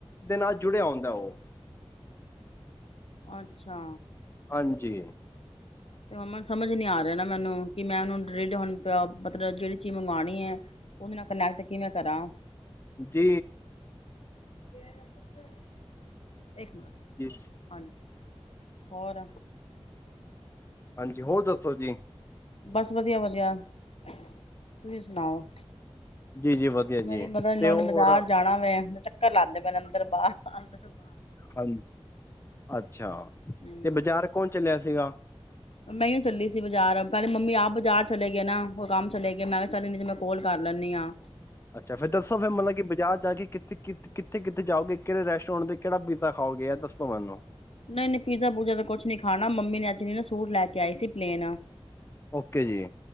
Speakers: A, on the left; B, on the left.
A: ਦੇ ਨਾਲ ਜੁੜਿਆ ਹੁੰਦਾ ਉਹ।
B: ਅੱਛਾ
A: ਹਾਂਜੀ
B: ਤੇ ਮੰਮਾ ਨੂੰ ਸਮਝ ਨੀ ਆ ਰਿਹਾ ਨਾ ਮੈਨੂੰ ਕਿ ਮੈਂ ਉਹਨੂੰ ਰੇਡ ਹੁਣ ਪਿਆ ਮਤਲਬ ਜਿਹੜੀ ਚੀਜ਼ ਮੰਗਵਾਉਣੀ ਐ, ਉਹਦੇ ਨਾਲ ਕਨੈਕਟ ਕਿਵੇਂ ਕਰਾਂ?
A: ਜੀ
B: <unintelligible> ਇੱਕ ਮਿੰਟ,
A: ਜੀ
B: ਹਾਂਜੀ ਹੋਰ
A: ਹਾਂਜੀ ਹੋਰ ਦੱਸੋ ਜੀ?
B: ਬਸ ਵਧੀਆ ਵਧੀਆ, ਤੁਸੀਂ ਸੁਣਾਓ?
A: ਜੀ-ਜੀ ਵਧੀਆ
B: ਮੇਰੀ
A: ਜੀ
B: ਮਤਲਬ
A: ਤੇ ਹੋਰ
B: ਨੇ ਬਾਜ਼ਾਰ ਜਾਣਾ ਵੈ, ਮੈਂ ਚੱਕਰ ਲਾਦੇ ਪੇ ਮੇ ਅੰਦਰ ਬਾਹਰ। ਪੰਦ
A: ਹਾਂਜੀ ਅੱਛਾ ਤੇ
B: ਹੂੰ
A: ਬਾਜ਼ਾਰ ਕੌਣ ਚੱਲਿਆ ਸੀਗਾ?
B: ਮੈਂ ਇਓ ਚੱਲੀ ਸੀ ਬਜ਼ਾਰ। ਪਹਿਲੇ ਮੰਮੀ ਆਪ ਬਾਜ਼ਾਰ ਚਲੇ ਗਏ ਨਾ। ਓਹ ਕੰਮ ਚਲੇ ਗਏ ਮੈਂ ਕਿਹਾ ਚੱਲ ਨ ਜੇ ਮੈਂ ਕੋਲ ਕਰ ਲੈਂਨੀ ਆ।
A: ਅੱਛਾ ਫੇਰ ਦੱਸੋ ਫੇਰ ਮਤਲਬ ਕਿ ਬਾਜ਼ਾਰ ਜਾ ਕੇ ਕਿੱਥੇ ਕਿੱਥੇ ਕਿੱਥੇ ਉੱਥ ਜਾਓਗੇ ਕਿਹੜੇ ਰੈਸੋਰੈਂਟ ਤੇ ਕਿਹੜਾ ਪੀਜ਼ਾ ਖਾਓਗੇ ਇਹ ਦੱਸੋ ਮੈਨੂੰ?
B: ਨਈ ਨਈ ਪੀਜ਼ਾ ਪੂਜਾ ਦਾ ਕੁਛ ਨੀ ਖਾਣਾ ਮੰਮੀ ਨੇ ਅੱਜ ਚੁਨੀ ਨਾ ਸੂਟ ਲੈ ਕੇ ਆਈ ਸੀ ਪਲੇਨ ਆ।
A: ਓਕੇ ਜੀ